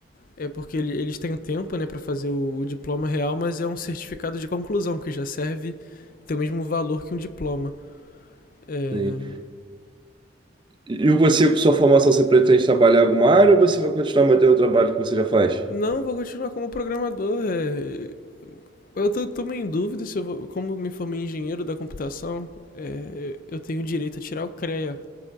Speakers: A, on the left; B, on the right.
A: é porque ele- eles têm um tempo, né, para fazer o, o diploma real, mas é um certificado de conclusão que já serve, tem o mesmo valor que um diploma. É,
B: Sim. E você, com sua formação, você pretende trabalhar em alguma área ou você vai continuar mantendo o trabalho que você já faz?
A: Não, vou continuar como programador. é, Eu tô, tô meio em dúvida se eu vou. Como eu me formei em engenheiro da computação, é, eu tenho direito a tirar o CREA.